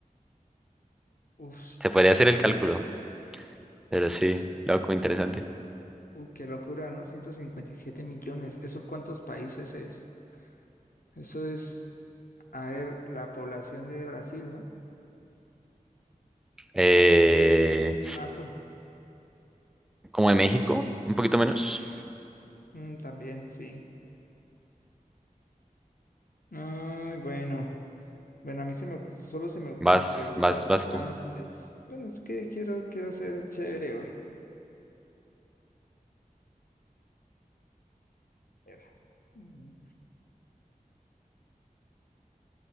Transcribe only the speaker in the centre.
Se podría hacer el cálculo, pero sí, loco, interesante.
Eh,
como de México, un poquito menos.
Vas,
vas, vas
tú.